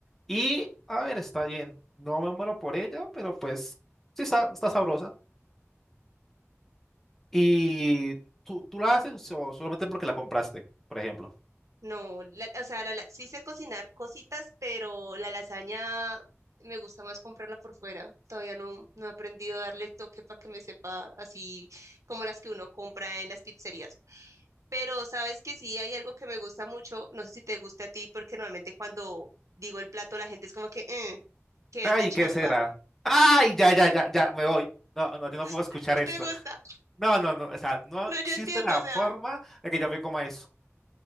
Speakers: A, in the centre; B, on the right (about 85°).
A: Y, a ver, está bien. No me muero por ella, pero pues sí está, está sabrosa. ¿Y tú, tú la haces o solamente porque la compraste, por ejemplo?
B: No, la- o sea, la, la- sí sé cocinar cositas, pero la lasaña me gusta más comprarla por fuera. Todavía no, no he aprendido a darle el toque para que me sepa así como las que uno compra en las pizzerías. Pero sabes que sí hay algo que me gusta mucho, no sé si te guste a ti, porque normalmente cuando digo el plato la gente es como que, "Mm, ¿qué
A: Ay,
B: es la changua?
A: ¿qué será? Ay, ya, ya, ya, ya, me voy. No, no, yo no puedo
B: <laughs>
A: escuchar
B: ¿No te
A: esto.
B: gusta?
A: No, no, no, o sea, no
B: No,
A: existe
B: yo entiendo,
A: la
B: o sea,
A: forma de que yo me coma eso.